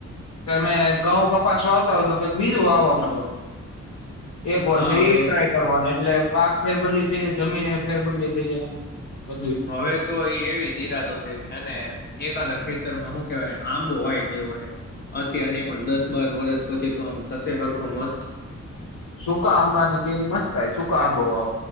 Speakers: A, on the left; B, on the left.
A: તમે ઘઉં કપાસ વાવતા હોય તો કઈક બીજું વાવવા મળવા.
B: જાય
A: એક વર્ષે
B: હા હવે
A: ઈ ટ્રાય કરવાનું એટલે પાક ફેરબદલી થઈ જાય જમીન એ ફેરબદલી થઈ જાય એનું. બધું
B: હવે તો એ એવી ઇરાદો છે. અને એકાદા ખેતરમાં શું કેવાય આંબો વાય દેવો હ, અત્યાર નની પણ દસ બાર વરષ પછી તો આમ થશે હરખો મસ્ત.
A: સૂકા આંબા ની કેરી મસ્ત થાય સૂકા આંબો વો,